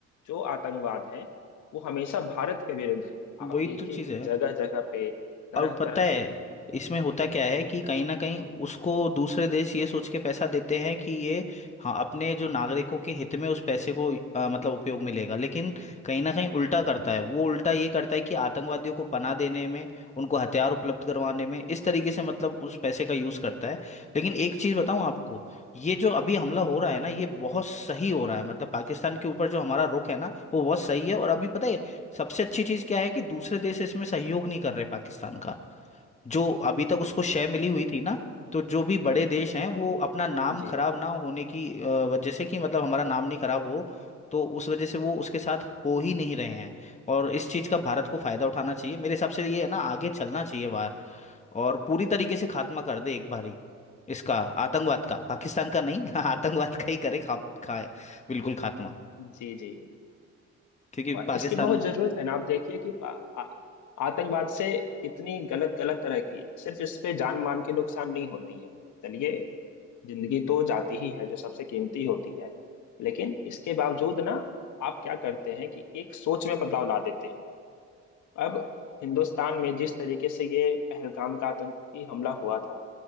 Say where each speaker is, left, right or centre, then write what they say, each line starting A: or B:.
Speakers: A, on the left; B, on the left.
A: जो आतंकवाद है वो हमेशा भारत के विरुद्ध है आप
B: वही
A: देखिए
B: तो चीज
A: कि
B: है
A: जगह जगह पे तरह
B: और पता
A: तरह
B: है
A: से
B: इसमें होता क्या है
A: जी
B: कि कहीं ना कहीं उसको दूसरे देश ये सोच के पैसा देते हैं कि ये हाँ अपने जो नागरिकों के हित में उस पैसे को अ, मतलब उपयोग में लेगा लेकिन कहीं ना कहीं उल्टा करता है वो उल्टा ये करता है कि आतंकवादियों को पनाह देने में उनको हथियार उपलब्ध करवाने में इस तरीके से मतलब उस पैसे का यूज करता है लेकिन एक चीज बताऊं आपको ये जो अभी हमला हो रहा है ना ये बहुत सही हो रहा है मतलब पाकिस्तान के ऊपर जो हमारा रुख है ना वो बहुत सही है और अभी पता है सबसे अच्छी चीज क्या है कि दूसरे देश इसमें सहयोग नहीं कर रहे पाकिस्तान का जो अभी तक उसको शय मिली हुई थी ना तो जो भी बड़े देश हैं वो अपना नाम
A: जी
B: खराब ना होने की अ, वजह से कि मतलब हमारा नाम नहीं खराब हो तो उस वजह से वो उसके साथ हो ही नहीं रहे हैं और इस चीज का भारत को फायदा उठाना चाहिए मेरे हिसाब से ये है ना आगे चलना चाहिए बाहर और पूरी तरीके से खात्मा कर दे एक बार ही इसका आतंकवाद का पाकिस्तान का नहीं <laughs> आतंकवाद का ही करे खा, खा बिल्कुल खात्मा
A: जी जी
B: क्योंकि
A: और
B: पाकिस्तान
A: इसकी बहुत जरूरत है ना आप देखिए कि पा- आ- आतंकवाद से कितनी गलत गलत तरह की सिर्फ इस पे जान मान की नुकसान नहीं होती है चलिए जिंदगी तो जाती ही है जो सबसे कीमती होती है लेकिन इसके बावजूद ना आप क्या करते हैं कि एक सोच में बदलाव ला देते हैं अब हिंदुस्तान में जिस तरीके से ये पहलगाम का आतंकी हमला हुआ था